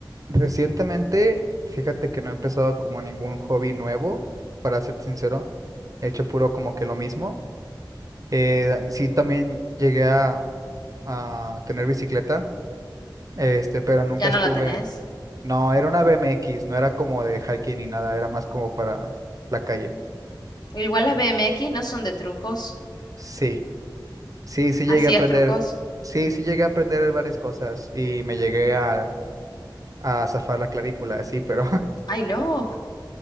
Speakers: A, on the right; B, on the left.
A: Recientemente, fíjate que no he empezado como ningún hobby nuevo, para ser sincero. He hecho puro como que lo mismo. Eh, sí, también llegué a, a tener bicicleta, este, pero nunca
B: Ya
A: estuve.
B: no la tenés.
A: No, era una BMX, no era como de hiking ni nada, era más como para la calle.
B: Igual las BMX no son de trucos.
A: Sí, sí, sí llegué
B: Así
A: a aprender.
B: es, trucos.
A: Sí, sí llegué a aprender varias cosas y me llegué a, a zafar la clavícula, sí, pero
B: Ay, no.